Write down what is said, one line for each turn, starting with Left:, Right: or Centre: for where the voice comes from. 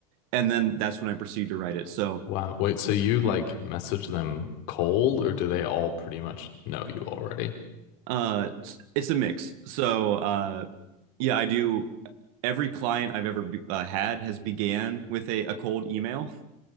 Right: And then that's when I proceed to write it. So
Left: Wow. Wait, so you like message them cold, or do they all pretty much know you already?
Right: uh, it's, it's a mix. So uh, yeah, I do. Every client I've ever be, uh, had has began with a, a cold email,